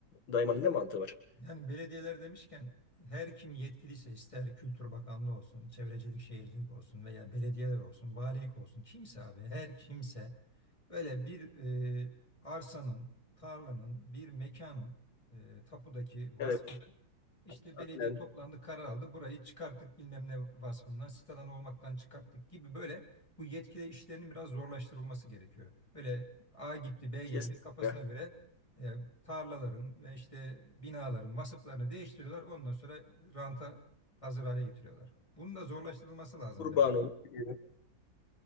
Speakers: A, on the left (about 85°); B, on the left (about 15°).
A: daymanın ne mantığı var?
B: Yani belediyeler demişken her kim yetkiliyse ister Kültür Bakanlığı olsun, Çevrecilik Şehircilik olsun veya belediyeler olsun, valilik olsun kimse abi her kimse böyle bir e, arsanın, tarlanın, bir mekanın e, tapudaki vasfını
A: Evet,
B: işte belediye
A: aynen.
B: toplandı, karar aldı. Burayı çıkarttık bilmem ne vasfından, sitadan olmaktan çıkarttık gibi böyle bu yetkili işlerinin biraz zorlaştırılması gerekiyor. Böyle A gitti, B
A: Kesinlikle.
B: geldi kafasına göre e, tarlaların ve işte binaların vasıflarını değiştiriyorlar. Ondan sonra ranta hazır hale getiriyorlar. Bunun da zorlaştırılması lazım
A: Kurban
B: biraz.
A: olup gidiyor.